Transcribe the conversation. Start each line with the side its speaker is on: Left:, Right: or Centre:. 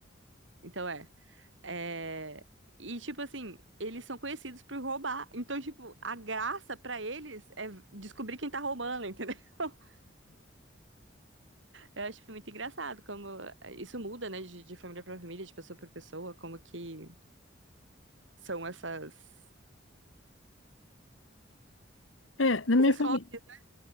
Right: Então é. É, E, tipo assim, eles são conhecidos por roubar. Então, tipo, a graça pra eles é descobrir quem tá roubando, entendeu? <laughs> Eu acho muito engraçado como é, isso muda, né, de, de família pra família, de pessoa pra pessoa, como que são essas...
Left: É, na
Right: esses
Left: minha família.
Right: hobbies, né?